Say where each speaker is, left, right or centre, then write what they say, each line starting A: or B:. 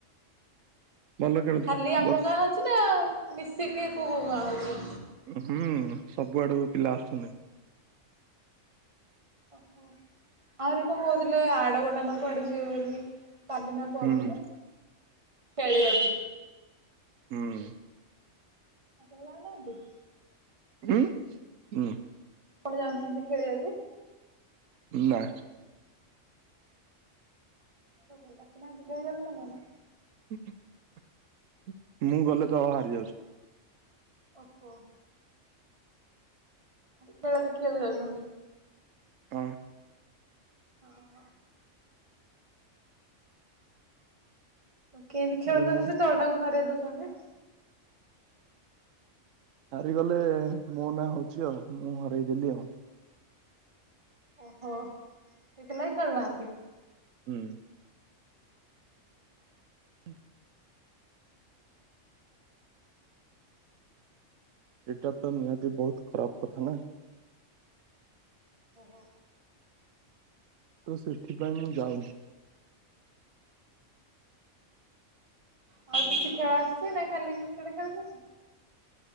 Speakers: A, on the right (about 80°); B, on the right (about 25°).
A: ଭଲ ଖେଳୁଥିଲେ
B: ଖାଲି ଆମ
A: ବର୍ଷ
B: ଗାଁ ହଉଚି ନା ମିଶିକି କୋଉ କୋଉ ଗାଆଁ ହଉଚି?
A: ହୁଁ ସବୁଆଡୁ ପିଲା ଆସୁଛନ୍ତି।
B: ଓହୋଃ, ଆହୁରି କଣ କହୁଥିଲେ ଆଡକଟା ନା କୁଆଡେ ଯିବେ ବୋଲି। କାଲି ନା ପଅରଦିନ
A: ହୁଁ
B: ଖେଳିବାକୁ।
A: ହୁଁ।
B: ଆପଣ‌ ଯାଉନାହାନ୍ତି?
A: ହୁଁ, ହୁଁ।
B: ଆପଣ ଯାଉନାହାନ୍ତି ଖେଳିବାକୁ?
A: ନା।
B: କଣ ପାଇଁ, ଡାକୁ ନାହାନ୍ତି ଖେଳିବାକୁ ନା କଣ?
A: ହୁଁ-ହୁଁ-ହୁଁ-ହୁଁ ମୁଁ ଗଲେ ତ ହାରି ଯାଉଛି।
B: ଓହୋଃ। ଖାଲି ଖେଳ ଦେଖିବାକୁ ଯାଉଛନ୍ତି?
A: ହଁ।
B: ଓହୋଃ। <inaudible> କେମିତି ଖେଳୁଛନ୍ତି
A: ଆରେ ମୁଁ
B: ଯେ ଦଳଟାକୁ ହରେଇ ଦେଉଛନ୍ତି?
A: ହାରିଗଲେ ମୋ ନାଁ ହଉଛି ଆଉ, ମୁଁ ହରେଇଦେଲି ଆଉ।
B: ଓହୋଃ, ସେଥିଲାଗି ଖେଳୁ ନାହାନ୍ତି।
A: ହୁଁ। ହୁଁ। ଏଇଟା ତ ନିହାତି ବହୁତ୍ ଖରାପ କଥା ନା।
B: ଓହୋଃ।
A: ତ ସେଥିପାଇଁ ମୁଁ ଯାଉନି।
B: ଆଉ କିଛି ଖେଳ ଆସିଛି ନା ଖାଲି କ୍ରିକେଟ ଖେଳୁଛନ୍ତି?